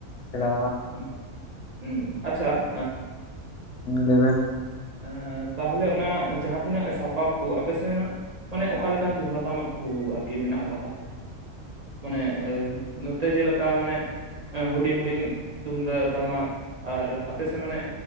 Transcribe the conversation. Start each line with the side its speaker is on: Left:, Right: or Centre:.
Left: ᱥᱮᱬᱟᱻ
Right: ᱩᱸ ᱩᱸ, ᱟᱪᱪᱷᱟ
Left: ᱞᱟ. ᱭ ᱵᱮᱱ ᱾
Right: ᱮᱸ ᱛᱟᱦᱚᱞᱮ ᱚᱱᱟ ᱡᱟᱦᱟᱸ ᱛᱤᱱᱟᱹᱜ ᱥᱟᱯᱟᱵ ᱠᱚ ᱟᱯᱮ ᱥᱮᱱᱟᱜ ᱢᱟᱱᱮ ᱚᱠᱟ ᱞᱮᱠᱟᱱ ᱛᱩᱢᱫᱟᱜ ᱴᱟᱢᱟᱜ ᱠᱚ ᱟᱨᱠᱤ ᱢᱮᱱᱟᱜ ᱟᱠᱟᱫᱟ? ᱢᱟᱱᱮ ᱱᱚᱛᱮ ᱡᱮ ᱞᱮᱠᱟ ᱢᱟᱱᱮ ᱦᱩᱰᱤᱧ ᱦᱩᱰᱤᱧ ᱛᱩᱢᱫᱟᱜ ᱴᱟᱢᱟᱠ ᱾ ᱟᱨ ᱟᱯᱮ ᱥᱮᱫ ᱢᱟᱱᱮ